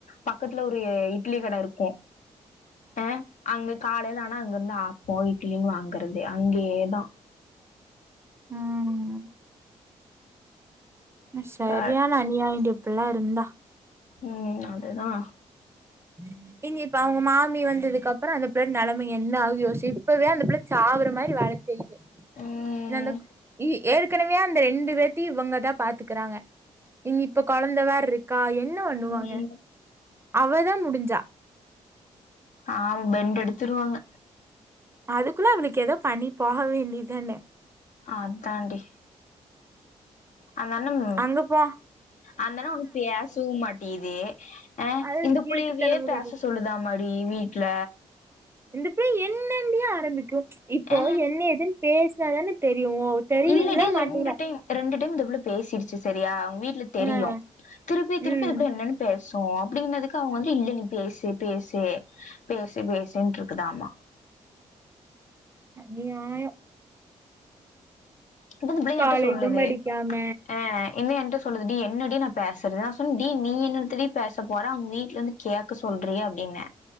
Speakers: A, on the left; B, on the right.
A: பக்கத்துல ஒரு இட்லி கட இருக்கு அ அங்க காலையில ஆனா அங்கிருந்து ஆப்ப இட்லியு வாங்கறது அங்கயேதா
B: ம் சரியானா
A: க
B: அந்நியாயன்டி இப்டில்லா இருந்தா
A: ம் அதுதா
B: ம்ம் இங்கி இப்ப அவங்க மாமி வந்து வித் அதுக்கப்பறோ அந்த பிள்ள நிலம என்ன ஆகு யோசி இப்பவே அந்த பிள்ள சாகுற மாரி வேல செய்யுது
A: ம்
B: அந்த ஏற்கனவே அந்த ரெண்டு பே இவங்கதா பாத்துக்கிறாங்க இங்க இப்ப குழந்த வேற இரு க்கா என்ன பண்ணுவாங்க
A: ம்
B: அவதா முடிஞ்சா
A: ஆ பாவ பெண்ட் எடுத்துடுவாங்க
B: அதுக்குள்ள அவளுக்கு ஏதோ பண்ணி போக வேண்டியதான
A: அதாண்டி அந்தாண்ணம்
B: அங்கப்ப
A: அந்தனா ஒண்ணு பேசவு மாட்டிகுது அ
B: அது
A: இந்த புள்ளயேவே
B: இருக்குத்தனம
A: பேச
B: காட்டுது
A: சொல்லுதா மடி வீட்ல
B: இந்த பிள்ள என்னந்டி ஆரம்பிக்கு ச் இப்போ
A: ஆ
B: என்ன ஏதுன்னு பேசுனாதான தெரியு தரிவீங்களா
A: இல்லடி
B: மாட்டீங்களா
A: ரெண்டு டைம் ரெண்டு டைம் இந்த பிள்ள பேசிடுச்சு செரியா அவங்க வீட்ல தெரியு
B: ஆ
A: திருப்பி திருப்பி
B: ம்
A: இந்த பிள்ள என்னென்னு பேசு அப்டினதுக்கு அவங்க வந்து இல்ல நீ பேசு பேசு பேசு பேசுன்டு இருக்குதாமா
B: அநியாயோ
A: புகுந்த பிள்ள எயகிட்ட
B: காலேஜும்
A: சொல்லுது
B: படிக்காம
A: ஆ என்ன எயகிட்ட சொல்லுது டி என்னடி நா பேசுறது நா சொன்ன டி நீ என்தடி பேச போற அவங்க வீட்ல இருந்து கேட்க சொல்றி அப்டின்ன